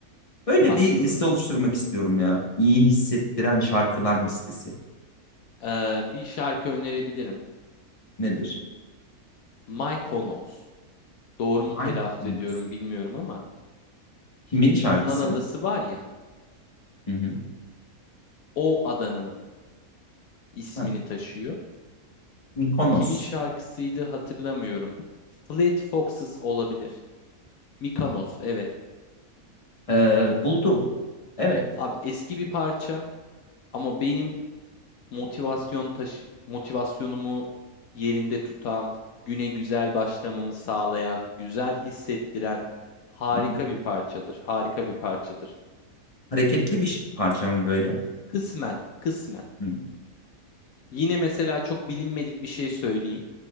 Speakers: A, on the left; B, on the left.
A: Böyle
B: Haklısın.
A: bir liste oluşturmak istiyorum ya. İyi hissettiren şarkılar listesi.
B: Ee, bir şarkı önerebilirim.
A: Nedir?
B: Mykonos. Doğru mu telaffuz
A: Mykonos.
B: ediyorum bilmiyorum ama
A: Kimin şarkısı?
B: bir Yunan adası var ya.
A: Hı hı.
B: O adanın ismini
A: Ha,
B: taşıyor.
A: Mykonos.
B: Kimin şarkısıydı hatırlamıyorum. Fleet Foxes olabilir. Mykonos evet.
A: Ee, buldum. Evet.
B: Abi eski bir parça ama benim motivasyon taşı motivasyonumu yerinde tutan, güne güzel başlamamı sağlayan, güzel hissettiren harika
A: Hı hı.
B: bir parçadır. Harika bir parçadır.
A: Hareketli bir parça mı böyle?
B: Kısmen, kısmen.
A: Hı.
B: Yine mesela çok bilinmedik bir şey söyleyeyim.